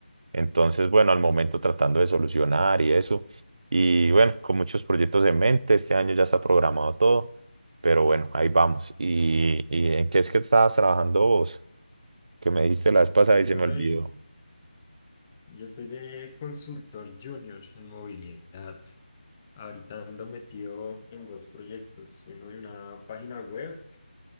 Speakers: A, on the right; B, on the left.
A: Entonces, bueno, al momento
B: Sí.
A: tratando de solucionar y eso. Y bueno, con muchos proyectos en mente, este año ya está programado todo, pero bueno, ahí vamos. ¿Y, y en qué es que estabas trabajando vos? Que me diste la vez pasada
B: Yo estoy,
A: y se me olvidó.
B: yo estoy de consultor junior en movilidad, ahorita ando metido en dos proyectos, uno de una página web,